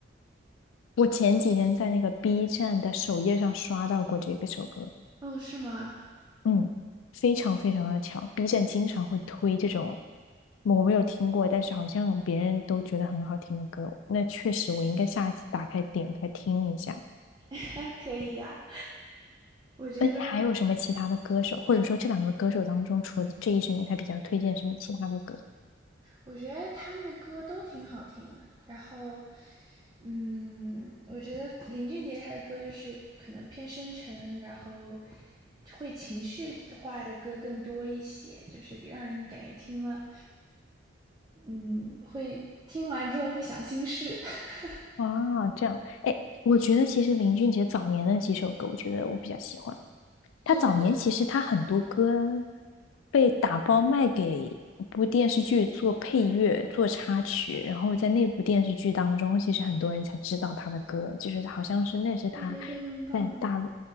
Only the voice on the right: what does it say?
哦，是吗？
<laughs> 可以呀、我觉得，
我觉得他们的歌都挺好听的。然后，嗯，我觉得林俊杰他的歌就是可能偏深沉，然后会情绪化的歌更多一些，就是让人感觉听了，嗯，会听完之后会想心事，<laughs>
就那种
背对背拥抱嘛。